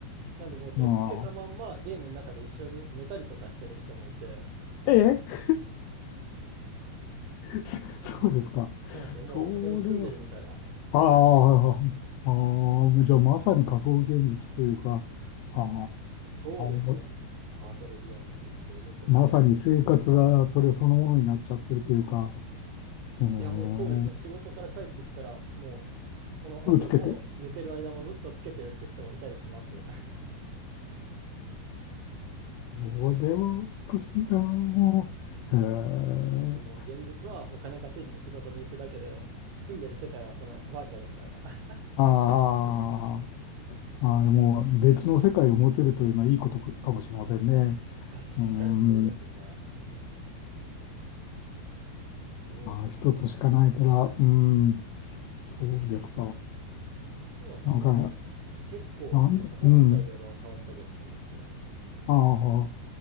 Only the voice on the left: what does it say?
ああ。ええ <laughs> そそうですか。
それは、
ああ、ああ、じゃあまさに仮想現実というか、ああ、
ぼ
まさに生活がそれそのものになっちゃってるというか、
うーん、
す
ぐつけて。
これは少しな、もう。へ
え。
ああ、
まあでも別の世界を持てるというのはいいことかもしれませんね。
うん、ま
あー一つしかないから、うん、そうですか。
なんか、
なんでうん、ああ。